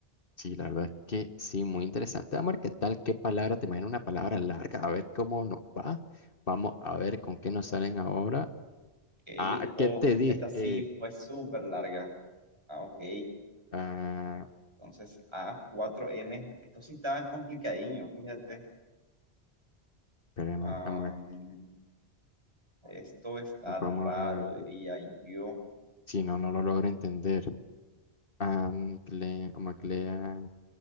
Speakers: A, on the left; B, on the right.
A: Sí, la verdad que sí, muy interesante. Vamos a ver qué tal, qué palabra, te imagino una palabra larga, a ver cómo nos va. Vamos a ver con qué nos salen ahora.
B: ¿ok?
A: Ah,
B: Oh,
A: ¿qué te dije?
B: esta sí fue súper larga, ah, ok,
A: Ah,
B: entonces a cuatro m esto sí está complicadiño, fíjate,
A: espérame,
B: Am,
A: vamos, a-
B: esto está
A: vamos
B: raro,
A: a-
B: diría yo,
A: si no, no lo logro entender. Amcle, amaclea,